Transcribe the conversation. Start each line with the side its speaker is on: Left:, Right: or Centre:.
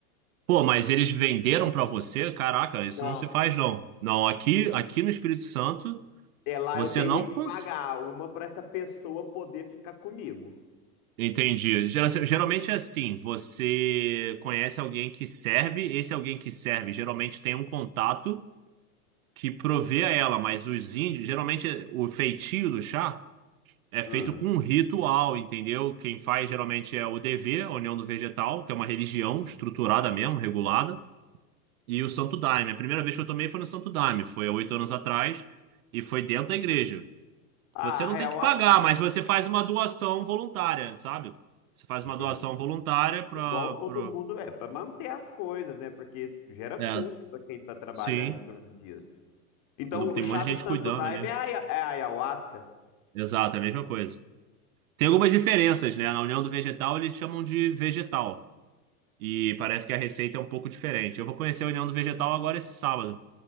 Right: pô, mas eles venderam pra você? Caraca, isso
Left: Não.
Right: não se faz, não. Não, aqui, aqui no Espírito Santo,
Left: É lá
Right: você
Left: eu teria
Right: não
Left: que
Right: consegue.
Left: pagar uma pra essa pessoa poder ficar comigo.
Right: Entendi. Gera- Geralmente é assim, você conhece alguém que serve, esse alguém que serve geralmente tem um contato que provê a ela, mas os índios, geralmente é, o feitio do chá é feito
Left: Hum.
Right: com um ritual, entendeu? Quem faz geralmente é o DV, a União do Vegetal, que é uma religião estruturada mesmo, regulada, e o Santo Daime. A primeira vez que eu tomei foi no Santo Daime, foi há oito anos atrás, e foi dentro da igreja.
Left: Ah,
Right: Você não
Left: real,
Right: tem que pagar,
Left: ah, ah,
Right: mas você faz uma doação voluntária, sabe? Você faz
Left: entendi.
Right: uma doação voluntária para.
Left: Igual todo
Right: Pro...
Left: mundo é, pra manter as coisas, né? Porque gera custo
Right: É,
Left: pra quem tá trabalhando
Right: sim.
Left: em torno disso. Então,
Right: Todo-
Left: o
Right: Tem
Left: chá
Right: um monte de
Left: do
Right: gente
Left: Santo
Right: cuidando
Left: Daime
Right: ali.
Left: é a aia- é a ayahuasca
Right: Exato, é a mesma coisa. Tem algumas diferenças, né? Na União do Vegetal eles chamam de vegetal. E parece que a receita é um pouco diferente. Eu vou conhecer a União do Vegetal agora esse sábado.